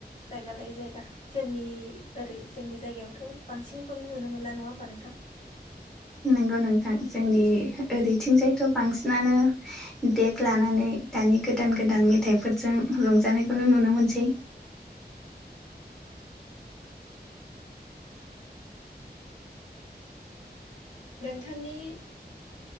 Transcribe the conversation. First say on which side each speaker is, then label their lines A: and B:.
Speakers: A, on the left; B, in the centre.
A: जायगा लायै जायगा जोंनि ओरै जोंनि जायगायावथ' बांसिनखौनो नुनो मोनला नङा ओमबा नोंथां?
B: नंगौ नोंथां जोंनि ओरैथिंजायथ' बांसिनानो देग लानानै दानि गोदान गोदान मेथाइफोरजों रंजानायखौनो नुनो मोनसै।
A: नोंथांनि